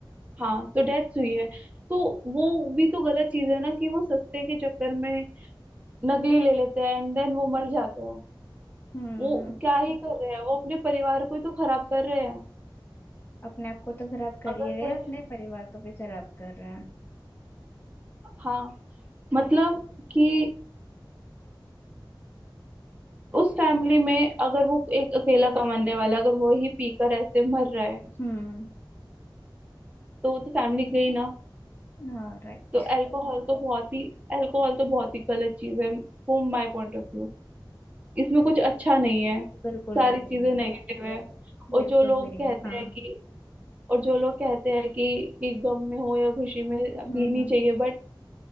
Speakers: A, on the right; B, on the left.
A: हाँ तो डेथ हुई है तो वो भी तो गलत चीज है ना कि वो सस्ते के चक्कर में नकली ले लेते हैं एंड देन वो मर जाते हैं
B: हम्म
A: वो क्या ही कर रहे हैं वो अपने परिवार को ही तो खराब कर रहे हैं
B: अपने आप को तो खराब कर
A: अगर
B: ही रहे
A: कोई
B: हैं, अपने परिवार को भी खराब कर रहा है
A: हाँ मतलब कि उस फैमिली में अगर वो एक अकेला कमाने वाला अगर वो ही पीकर ऐसे मर रहा है
B: हम्म
A: तो वो तो फैमिली गई ना
B: हाँ राइट
A: तो अल्कोहल तो बहुत ही अल्कोहल तो बहुत ही गलत चीज है from my point of view इसमें कुछ अच्छा नहीं है
B: बिल्कुल
A: सारी
B: भी नहीं
A: चीजें
B: है
A: नेगेटिव है और
B: बिल्कुल
A: जो लोग
B: भी नहीं
A: कहते
B: हाँ
A: हैं कि और जो लोग कहते हैं कि कि गम में हो या खुशी में
B: हम्म
A: पीनी
B: हम्म
A: चाहिए बट